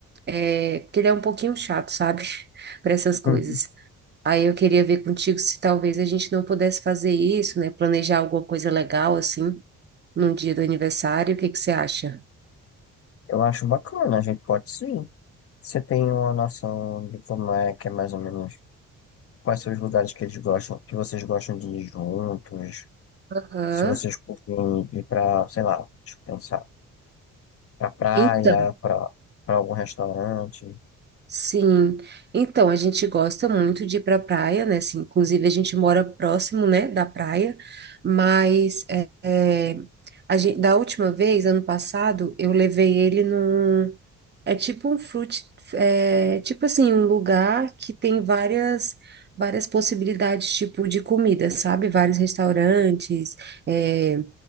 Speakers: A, on the right; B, on the left.
A: é, porque ele é um pouquinho chato, sabe? <laughs> Para essas coisas.
B: <laughs>
A: Aí eu queria ver contigo se talvez a gente não pudesse fazer isso, né? Planejar alguma coisa legal, assim, num dia do aniversário, o que que você acha?
B: Eu acho bacana. A gente pode sim. Você tem uma noção de como é que é mais ou menos quais são os lugares que eles gostam, que vocês gostam de ir juntos?
A: Aham.
B: Se vocês curtem ir pra, sei lá, deixa eu pensar, pra praia,
A: Então,
B: pra, pra algum restaurante.
A: sim. Então, a gente gosta muito de ir para praia, né? Assim, inclusive, a gente mora próximo, né, da praia, mas é, é, a gente, da última vez, ano passado, eu levei ele num. É tipo um fruit, é, tipo assim, um lugar que tem várias. Várias possibilidades, tipo, de comida, sabe? Vários restaurantes, eh,